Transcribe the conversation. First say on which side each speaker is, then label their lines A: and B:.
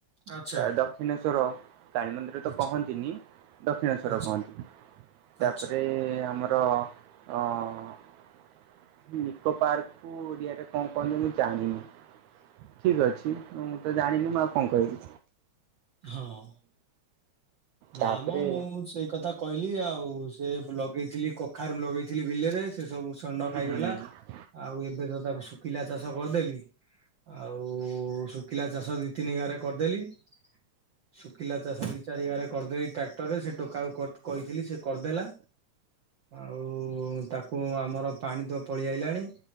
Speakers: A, on the right; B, on the right.
A: ଆଚ୍ଛା
B: ତା ଦକ୍ଷିଣେଶୋର କାଳିମନ୍ଦି ତ
A: ଆଚ୍ଛା
B: କହନ୍ତିନି ଦକ୍ଷିଣେଶ୍ଵର
A: ଆଚ୍ଛା
B: କହନ୍ତି ତାପରେ
A: ଆଚ୍ଛା
B: ଆମର ଅଁ । ନିକୋ ପାର୍କ କୁ ଓଡିଆ ରେ କଣ କହନ୍ତି ମୁଁ ଜାଣିନି। ଠିକ ଅଛି ମୁଁ ତ ଜାଣିନି ମୁଁ ଆଉ କଣ କହିବି?
A: ହଁ। ନା
B: ତାପରେ
A: ମ ମୁଁ ସେଇ କଥା କହିଲି ଆଉ ସେ ଲଗେଇଥିଲି କଖାରୁ ଲଗେଇଥିଲୀ ବିଲରେ ସେ ସବୁ ଷଣ୍ଢ ଖାଇଗଲା।
B: ହୁଁ
A: ଆଉ ଏବେ ତ ତାକୁ ଶୁଖିଲା ଚାଷ କରିଦେଲି ଆଉ ଶୁଖିଲା ଚାଷ ଦି ତିନି ଗାରେ କରିଦେଲି । ଶୁଖିଲା ଚାଷ ଦି ଚାରି ଗାରେ । କରିଦେଇ ଟ୍ରାକ୍ଟରେ ସେ ଟୋକା କୁ କଟ କହିଥିଲି ସେ କରିଦେଲା। ଆଉ ତାକୁ ଆମର ପାଣି ତ ପଳେଇ ଆଇଲାଣି।